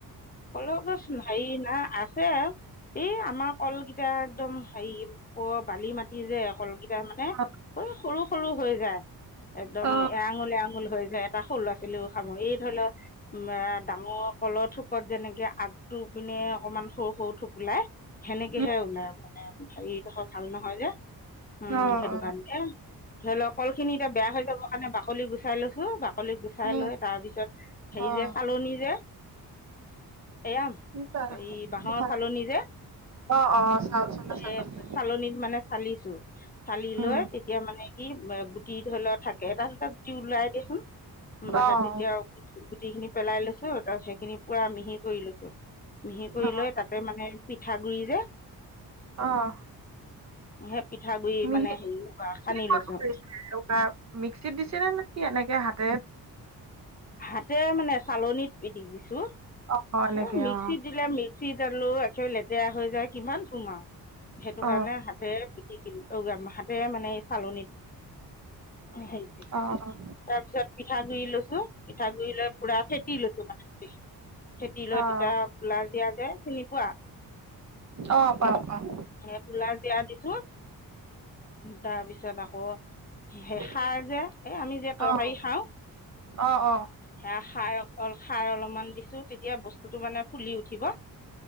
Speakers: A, on the left (about 25°); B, on the right (about 45°).
A: কলৰ গছ হেৰি নাই আছ এই আমাৰ কলকেইটা একদম হেৰি প' বালি মাটি যে কল মানে
B: অ
A: সৰু সৰু হৈ যায় একদম
B: অ
A: এৰাঙুল এৰাঙুল হৈ যায় এটা সৰু ল'ৰা ছোৱালী ছিলো খাম, এই ধৰি লওঁ উম, আ, ডাঙৰ কলত কত যেনেকে আগটো পিনে অকমান সৰু সৰু থুপোলাই সেনেকেহে
B: উম,
A: ওলাই মানে হেৰিডোখৰ ভাল নহয় যে। উম,
B: অ',
A: সেইটো
B: অ'।
A: কাৰণে ধৰি ল' কল খিনি এতিয়া বেয়া হৈ যাব কাৰণে বাকলি গুচাই লৈছো বা বাকলি গুচাই
B: উম,
A: লৈ তাৰ পিছত হেৰি
B: অ',
A: যে চালনী যে এয়া
B: কি কৰা
A: এই বাঁহৰ
B: পিঠা
A: চালনী যে।
B: অ', অ', চাউল চলা চালনী
A: এ চালনীত মানে চালিছো চালি
B: উম।
A: লৈ তেতিয়া মানে কি গুটি ধৰি লও থাকে এটা দুটা গুটি ওলাই দিয়চোন
B: অ',
A: তেতিয়া আৰু। গুটি খিনি পেলাই লৈছো তাৰপিছ সেইখিনি পুৰা মিহি কৰি লৈছো। মিহি কৰি
B: অ',
A: লৈ তাতে মানে পিঠা গুৰি যে
B: অ',
A: সেই পিঠাগুৰি
B: মিহি
A: মানে হেৰি কৰা সানি
B: কিহত
A: লৈছো।
B: কৰিছে এনেকুৱা মিক্সিত দিছিল নে নে কি এনেকে হাতে।
A: হাতে মানে চালনীত দি দিছো
B: অ', অ', এনেকে
A: স মিক্সিত
B: অ'।
A: দিলে মিক্স। চিট আলো একে লেতেৰা হৈ যায় কিমান সুমা আৰু সেইটো
B: অ',
A: কাৰণে হাতেৰে পকিলো। মাহাতে মানে চালনীত সেই
B: অ',
A: তাৰপিছত পিঠাগুৰি লৈ পিঠাগুৰি লৈ পুৰা ফেটি লৈছো মানে খেতি লৈ
B: অ',
A: তেতিয়া পোলাজিয়া যে চিনি পোৱা?
B: অ', পাওঁ পাওঁ।
A: ধৰা তোলাৰ যিয়া দিছো তাৰপিছত আকৌ সেই
B: পিটিকি
A: খাৰ যে এ আমি যে তৰকাৰী
B: অ',
A: খাওঁ।
B: অ', অ', অ'।
A: সেয়া খাই অকল খাৰ অলপমান দিছো তেতিয়া বস্তুটো মানে ফুলি উঠিব।